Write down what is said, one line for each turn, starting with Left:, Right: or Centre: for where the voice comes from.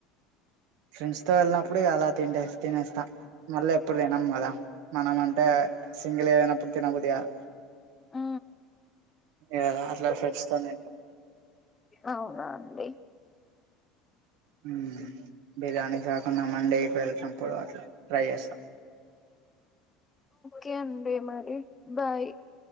Right: ఫ్రెండ్స్ తో వెళ్ళినప్పుడు అలా తింటె తినేస్తా మళ్ళీ ఎప్పుడు తినం కదా మనం అంటే సింగిల్ ఏదైనా తినబుద్ధి కాదు
Left: ఆ
Right: ఆ అట్లా ఫ్రెండ్స్‌తోని తింటం
Left: అవునా అండి
Right: హ్మ్ బిర్యానీ కాకుండా మండీకి వెళ్లినప్పుడు అట్లా ట్రై చేస్తాం
Left: ఓకే అండి మరి బాయ్